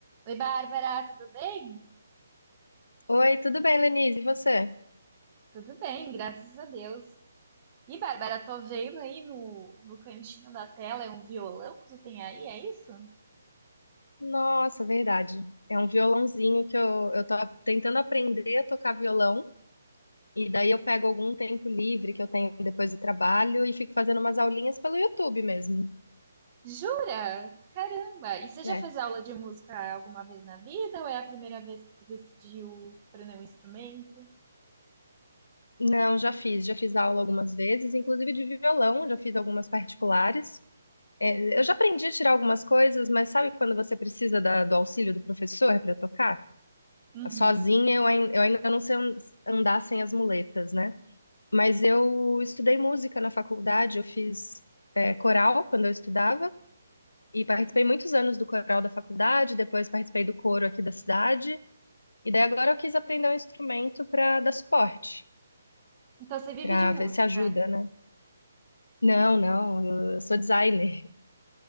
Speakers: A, on the right (about 30°); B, on the left (about 70°).
A: Oi, Bárbara, tudo bem?
B: Oi, tudo bem, Lenise? E você?
A: Tudo bem, graças a Deus. E, Bárbara, tô vendo aí no, no cantinho da tela é um violão que você tem aí, é isso?
B: Nossa, verdade. É um violãozinho que eu, eu tô tentando aprender a tocar violão. E daí eu pego algum tempo livre que eu tenho depois do trabalho e fico fazendo umas aulinhas pelo YouTube mesmo.
A: Jura? Caramba! E você
B: É.
A: já fez aula de música alguma vez na vida ou é a primeira vez que tu decidiu aprender um instrumento?
B: Não, já fiz. Já fiz aula algumas vezes, inclusive de violão, já fiz algumas particulares. É, eu já aprendi a tirar algumas coisas, mas sabe quando você precisa da- do auxílio do professor para tocar?
A: Uhum.
B: Sozinha eu, ain- eu ainda não sei an- andar sem as muletas, né? Mas eu estudei música na faculdade, eu fiz é, coral quando eu estudava e participei muitos anos do coral da faculdade, depois participei do coro aqui da cidade, e daí agora eu quis aprender um instrumento para dar suporte,
A: Então você vive
B: para
A: de música.
B: ver se ajuda, né? Não, não, eu sou designer.